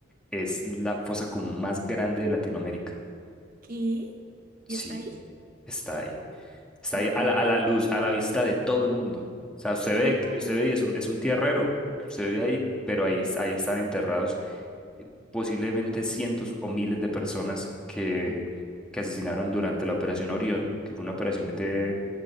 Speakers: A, in the centre; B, on the right (about 45°).
A: es la fosa común más grande de Latinoamérica.
B: ¿Qué? ¿Y
A: Sí,
B: hasta ahí?
A: está ahí. Está
B: No,
A: ahí a la, a la luz, a la vista de todo el mundo. O sea, usted
B: no.
A: ve, que- usted ve y es un, es un tierrero, usted ve ahí, pero ahí, es- ahí están enterrados posiblemente cientos o miles de personas que,
B: No.
A: que asesinaron durante la Operación Orión, que fue una operación de,